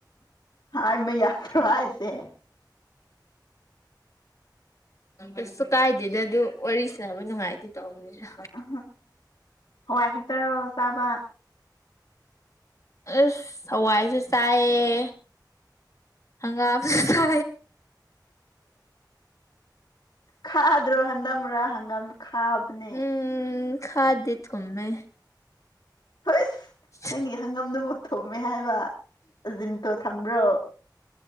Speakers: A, on the left; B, on the left.
A: ꯍꯥꯥꯃꯦ ꯌꯥꯗ꯭ꯔꯨ ꯍꯥꯏꯁꯦ
B: ꯑꯁꯁꯨ ꯀꯥꯏꯗꯦꯗ ꯑꯗꯨ ꯋꯥꯔꯤꯁꯤꯅꯕ ꯅꯨꯡꯉꯥꯏꯇꯦ ꯇꯧꯕꯅꯤꯗ
A: ꯎ ꯍꯋꯥꯏ ꯈꯠꯇꯔꯣ ꯆꯥꯕ
B: ꯑꯁ ꯍꯋꯥꯏꯁꯨ ꯆꯥꯏꯌꯦ ꯍꯪꯒꯥꯝ ꯁ
A: ꯈꯥꯗ꯭ꯔꯣ ꯍꯟꯗꯝ꯭ꯔꯥ ꯍꯪꯒꯥꯝ ꯈꯥꯕꯅꯦ
B: ꯎꯝ ꯈꯥꯗꯦ ꯊꯣ ꯃꯃꯦ
A: ꯍꯨꯏꯁ
B: ꯎꯝ
A: ꯅꯪꯒꯤ ꯍꯪꯉꯝꯗꯨ ꯃꯨꯠ ꯊꯣꯃꯦ ꯍꯥꯏꯕ ꯑꯖꯤꯟꯇꯣ ꯊꯝꯕ꯭ꯔꯣ